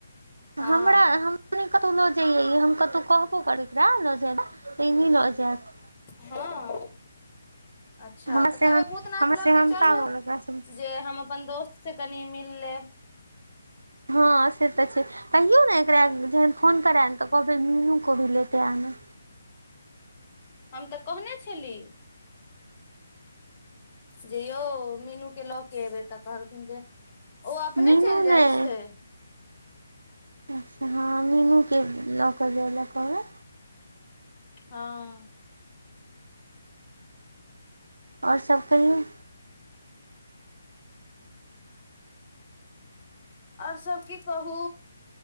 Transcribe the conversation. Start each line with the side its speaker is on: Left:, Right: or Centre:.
Left: हँ
Right: हमरा नहि कतहु लऽ जइयै हम कतहु कहबो करै एकरा लऽ जायब तऽ एह लऽ जायत
Left: हँ अच्छा
Right: हमरा
Left: तऽ
Right: सेहन
Left: कहबै भूतनाथ
Right: हमरा
Left: लऽ
Right: सेहनता
Left: के चलू
Right: होल एकरा सब
Left: जे हम अपन दोस्त से कनि मिल लेब
Right: हँ से तऽ छै कहियौ ने एकरा जहन फोन करै ह ने तऽ कहबै मीनू को भी लेते आना
Left: हम तऽ कहने छली जे यौ मीनूके लऽ केऽ एबै तऽ कहलखिन जे ओ अपने
Right: मीनू
Left: चलि जाइत
Right: नहि
Left: छै
Right: अच्छा हँ मेनूके लऽ कऽ जाय लए कहबै
Left: हँ
Right: आओर सब कहियो
Left: आओर सब की कहू